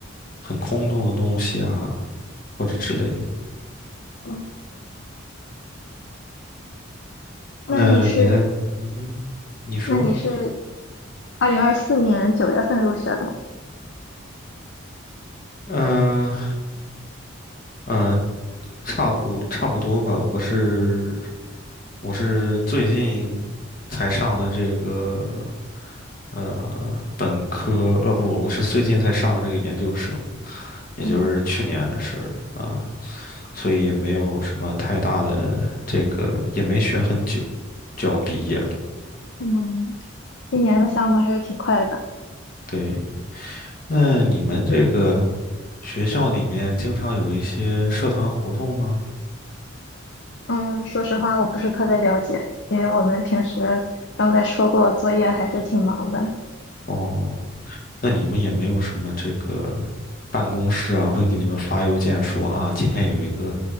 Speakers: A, on the left; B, on the left.
A: 很空洞的东西啊，或者之类的。
B: 嗯，那你是
A: 那你在，嗯哼，你说，
B: 那你是二零二四年九月份入学的吗？
A: 嗯、呃嗯、差不差不多吧。我是我是最近才上的这个呃本科，呃不，我是最近才上的这个研究生，也就是去年的事儿啊，
B: 嗯
A: 所以也没有什么太大的这个，也没学很久，就要毕业了。
B: 嗯，一年的项目还是挺快的。
A: 对，那你们这个学校里面经常有一些社团活动吗？
B: 嗯，说实话，我不是特别了解，因为我们平时刚才说过，作业还是挺忙的。
A: 哦，那你们也没有什么这个办公室啊，会给你们发邮件说啊，今天有一个